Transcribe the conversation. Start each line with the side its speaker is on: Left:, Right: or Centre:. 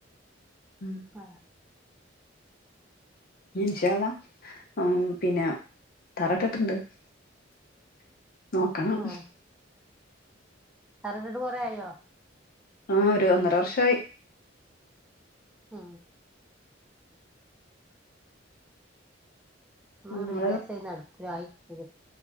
Left: <unintelligible>
Centre: ആ
Left: ഇൻഷാഅള്ളാ ആ പിന്നെ തറ ഇട്ടിട്ട്ണ്ട്ആ -- നോക്കണം
Centre: ഉം തറട്ടിട്ട് കൊറെ ആയോ?
Left: ആ ഒരു ഒന്നര വർഷായി.
Centre: ആ നിട്
Left: നിങ്ങള്
Centre: വിചാരിച്ച നടക്കല ആയിക്ക